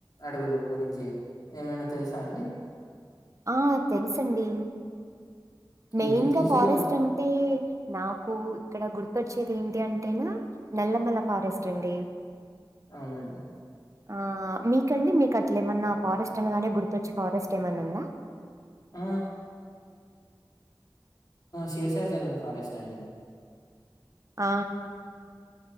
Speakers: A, on the left (about 50°); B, on the right (about 40°).
A: అడవులు గురించి ఏమైనా తెలుసా అండి
B: ఆ తెలుసండి
A: కి
B: మెయిన్
A: మీకు తెలిసిన
B: గా ఫారెస్ట్ అ తే నాకు ఇక్కడ గుర్తొచ్చేది ఏంటి అంటేనా నల్లమల్ల ఫారెస్ట్ అండి
A: అవునండి
B: ఆ మీకండి మీకు అట్ల ఏమన్నా ఫారెస్ట్ అనగానే గుర్తొచ్చే ఫారెస్ట్ ఏమన్నా ఉందా
A: ఆ శేషాజలం ఫారెస్ట్ అండి
B: ఆ